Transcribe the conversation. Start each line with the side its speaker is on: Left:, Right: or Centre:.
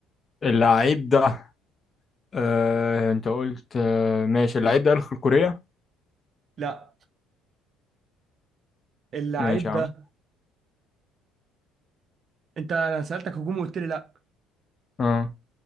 Left: اللعيب ده آه أنت قلت آه ماشي اللعيب ده الخلق كوريا
Right: لا اللعيب
Left: ماشي يا
Right: ده
Left: عم
Right: انت انا سألتك هجومي وقلت لي لا
Left: اه